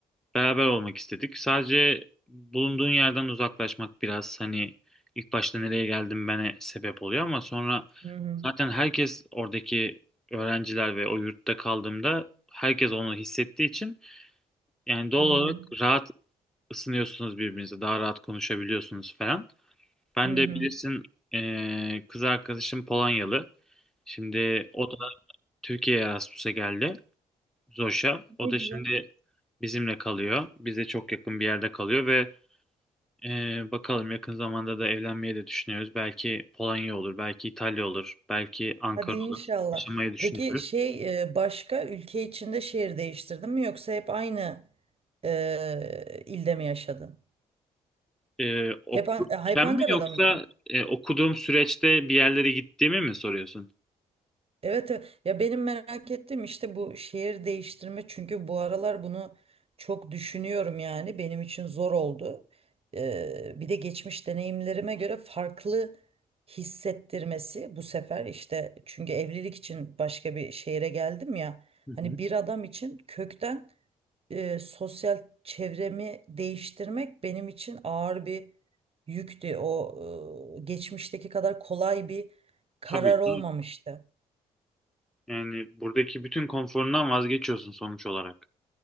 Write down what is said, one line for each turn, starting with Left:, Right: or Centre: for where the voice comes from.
Centre: beraber olmak istedik. Sadece bulunduğun yerden uzaklaşmak biraz hani ilk başta nereye geldim bana sebep oluyor ama sonra
Right: Hı hı.
Centre: zaten herkes oradaki öğrenciler ve o yurtta kaldığımda herkes onu hissettiği için yani doğal
Right: Hı
Centre: olarak
Right: hı.
Centre: rahat ısınıyorsunuz birbirinize, daha rahat konuşabiliyorsunuz falan. Ben
Right: Hı
Centre: de
Right: hı. Hı
Centre: bilirsin
Right: hı.
Centre: eee, kız arkadaşım Polonyalı. Şimdi o da Türkiye'ye Erasmus'a geldi. Zoş'a. O
Right: Ne
Centre: da
Right: güzel.
Centre: şimdi bizimle kalıyor. Bize çok yakın bir yerde kalıyor ve Ee, bakalım yakın zamanda da evlenmeyi de düşünüyoruz. Belki Polonya olur, belki İtalya olur, belki Ankara
Right: Hadi inşallah.
Centre: olur. Yaşamayı düşünüyoruz.
Right: Peki şey e, başka ülke içinde şehir değiştirdin mi yoksa hep aynı e, ilde mi yaşadın?
Centre: Ee, okurken
Right: Hep, An- e, hep Ankara'da
Centre: mi yoksa
Right: mıydın?
Centre: e, okuduğum süreçte bir yerlere gittiğimi mi soruyorsun?
Right: Evet, evet. Ya benim merak ettiğim işte bu şehir değiştirme çünkü bu aralar bunu çok düşünüyorum yani benim için zor oldu. E, bir de geçmiş deneyimlerime göre farklı hissettirmesi bu sefer işte çünkü evlilik için başka bir şehre geldim ya
Centre: Hı hı.
Right: hani bir adam için kökten e, sosyal çevremi değiştirmek benim için ağır bir yüktü. O e, geçmişteki kadar kolay bir karar
Centre: Tabii ki.
Right: olmamıştı.
Centre: Yani buradaki bütün konforundan vazgeçiyorsun sonuç olarak.